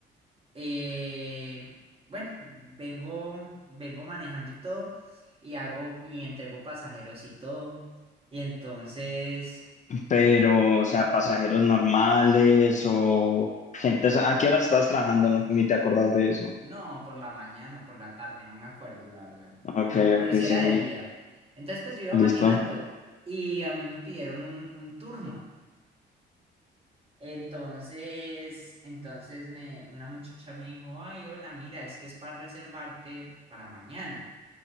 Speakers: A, on the right (about 30°); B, on the left (about 40°).
A: Eh, bueno, vengo, vengo manejando y todo, y hago, y entrego pasajeros y todo. Y entonces,
B: Pero, o sea, pasajeros normales o gente, O sea, ¿a qué hora estás trabajando? No- ni te acordás de eso.
A: no, por la mañana o por la tarde, no me acuerdo, la verdad.
B: Ok,
A: Pero
B: ok,
A: si
B: seguí.
A: era de día. Entonces, pues yo iba
B: Listo.
A: manejando y a mí me pidieron un, un turno. Entonces, entonces me, una muchacha me dijo, ay, hola, mira, es que es para reservarte para mañana,